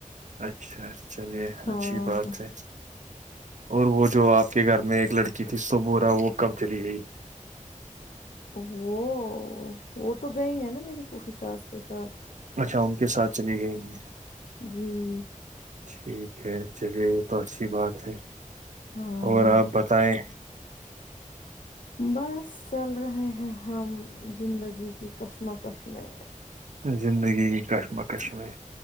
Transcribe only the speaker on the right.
اچھا چلیے
اچھی بات ہے اور وہ جو آپ کے گھر میں ایک لڑکی تھی سبورا وہ کب چلی گئی
اچھا ان کے ساتھ چلی گئی ہیں
ٹھیک ہے چلیے یہ تو اچھی بات ہے
اور آپ بتائیں
زندگی کی کشمکش میں